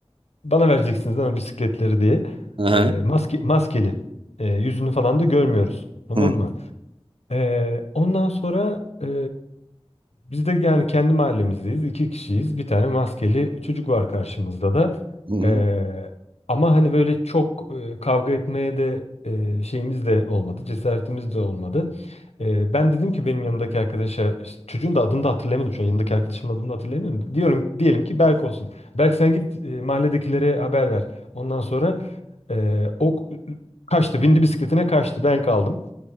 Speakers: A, on the left; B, on the right.
A: bana vereceksiniz ama bisikletleri diye.
B: Hı
A: E, maske, maskeli. E, yüzünü falan da görmüyoruz. Tamam
B: hı.
A: mı? Ee, ondan sonra e, biz de yani kendi mahallemizdeyiz. iki kişiyiz. Bir tane maskeli çocuk var karşımızda da.
B: Hı hı.
A: Ee, ama hani böyle çok e, kavga etmeye de e, şeyimiz de olmadı. Cesaretimiz de olmadı. Ee, ben dedim ki benim yanımdaki arkadaşa işte çocuğun da adını da hatırlayamadım şu an. Yanındaki arkadaşımın adını da hatırlayamıyorum. Diyorum diyelim ki Berk olsun. Berk sen git e, mahalledekilere haber ver. Ondan sonra e, o kaçtı. Bindi bisikletine kaçtı. Ben kaldım.